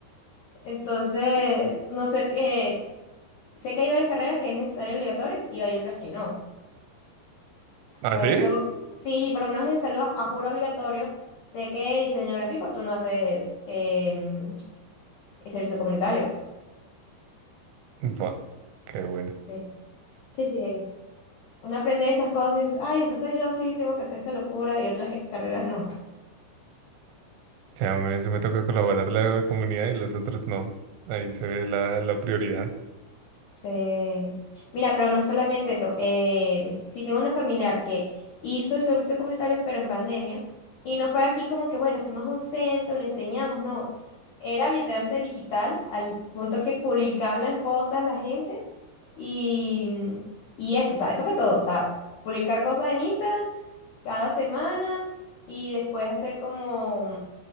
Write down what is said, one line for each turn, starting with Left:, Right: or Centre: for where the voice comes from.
Left: Entonces, no sé, si- eh, sé que hay varias carreras que es necesario y obligatorio y hay otras que no.
Right: ¿Ah,
Left: Por
Right: sí?
Left: ejemplo, sí, por lo menos en salud a juro obligatorio, sé que diseño gráfico tú no haces eh, servicio comunitario.
Right: Buah, qué bueno.
Left: Sí, sí, sí. Uno aprende esas cosas y dices, ay, entonces yo sí tengo que hacer esta locura y otras eh, carreras no.
Right: O sea, a mí se me toca colaborar la comunidad y los otros no. Ahí se ve la, la prioridad.
Left: Sí. Mira, pero no solamente eso. eh, si tengo una familiar que hizo el servicio comunitario, pero en pandemia, y no fue aquí como que, bueno, fuimos a un centro, le enseñamos, no. Era literalmente digital, al punto que publicaban las cosas la gente, y, y eso, o sea, eso fue todo. O sea, publicar cosas en Instagram cada semana, y después hacer como.